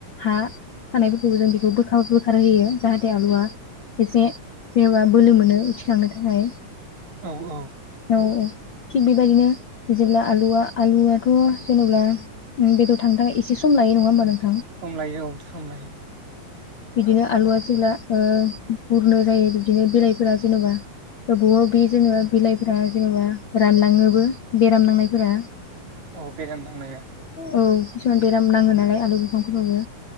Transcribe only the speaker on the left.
हा थानायफोरखौबो जों बेखौ बो बोखार होयो जाहाथे आलुआ एसे जेन'बा बोलो मोनो उथिखांनो थाखाय
औ -औ थिग बेबायदिनो जेब्ला आलुआ आलुआथ' जेनेबा बेदर थांनो थाखाय एसे सम लायो नङा होमब नों
बिदिनो आलुआ जेला बुरनो जायो बिदिनो बिलाइफोरा जेन'बा गोबावआव बे जेनेबा बिलाइफोरा जेनेबा रानलाङोबो बेराम नांनायफोरा
औ किसुमान बेराम नाङो नालाय आलु बिफांफोरावबो